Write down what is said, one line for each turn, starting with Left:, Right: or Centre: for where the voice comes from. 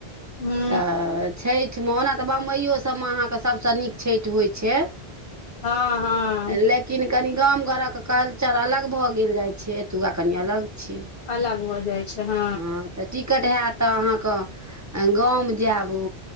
Left: हूँ
Right: तऽ छठिमे, ओना तऽ बम्बइयो सभमे अहाँकेँ सभसँ नीक छैट होइ छै
Left: हँ हँ
Right: ल किन कनि गाम घरक कल्चर अलग भऽ गेल जाइ छै एतुका कनि अलग छियै
Left: अलग हो जाइ छै ह
Right: हँ तऽ टिकट हयत तऽ अहाँके गाम जायब